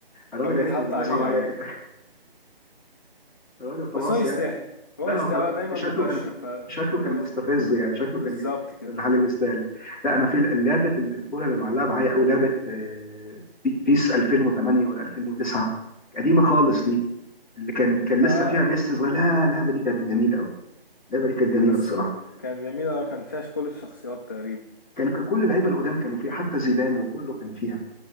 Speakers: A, in the centre; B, on the left.
A: الراجل
B: كان
A: يا
B: بيتحط
A: عيني كان كان
B: عليه
A: بيصعب عليا
B: يعني
A: <laughs> الراجل خلاص
B: بس هو يستاهل
A: يعني لا
B: هو يستاهل
A: هو كان
B: هو دايما
A: شكله
B: مكشر
A: كان
B: ف...
A: شكله
B: فلازم
A: كان مستفز يعني شكله
B: بالظبط
A: كان ي-
B: كده
A: محل الاستال لا انا في لعبه الكوره اللي معلقه معايا قوي لعبه آه، بي- بيس 2008 ولا 2009 قديمه خالص دي اللي كان كان
B: اه
A: لسه فيها ميسي صغير لا اللعبه دي كانت جميله قوي اللعبه دي كانت جميله
B: بس
A: بصراحه
B: كان جميل اه كان فيها كل الشخصيات تقريبا
A: كان ك- كل اللعيبه القدام كانوا فيها حتى زيدان وكله كان فيها